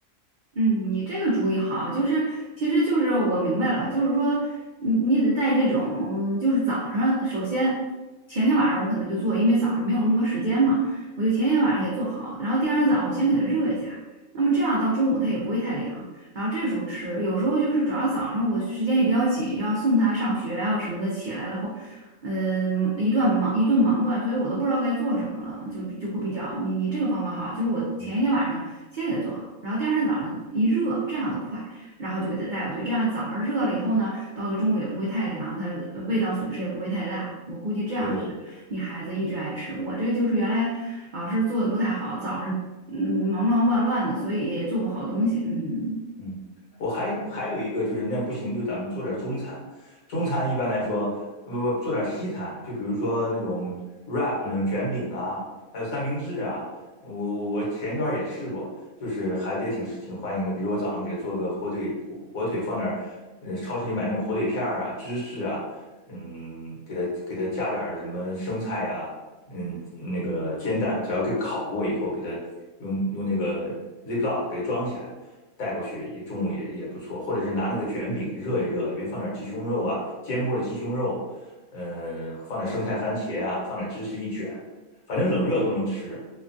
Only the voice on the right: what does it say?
嗯，你这个主意好，就是其实就是我明白了，就是说你你得带这种就是早上，首先前天晚上我可能就做，因为早上没有那么多时间嘛，我就前天晚上给做好，然后第二天早上我先给它热一下，那么这样到中午它也不会太凉，然后这时候吃，有时候就是主要早上我时间也比较紧，要送他上学啊什么的，起来了后。嗯，一段忙一顿忙乱，所以我都不知道该做什么了，就就会比较你你这个方法好，就是我前一天晚上。
先给他做好，然后第二天早上一热，这样的快，然后就给他带回去。这样早上热了以后呢，到了中午也不会太凉，它呃味道损失也不会太大。我估计这样是你孩子一直爱吃。
我这就是原来老是做的不太好，早上嗯忙忙乱乱的，所以也做不好东西。嗯。